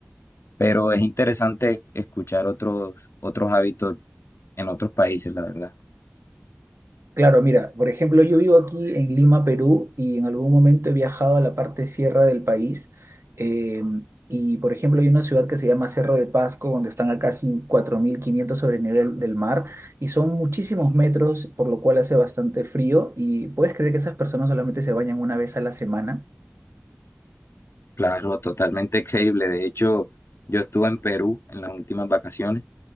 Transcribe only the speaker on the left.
pero es interesante escuchar otros, otros hábitos en otros países, la verdad.
Claro, totalmente creíble. De hecho, yo estuve en Perú en las últimas vacaciones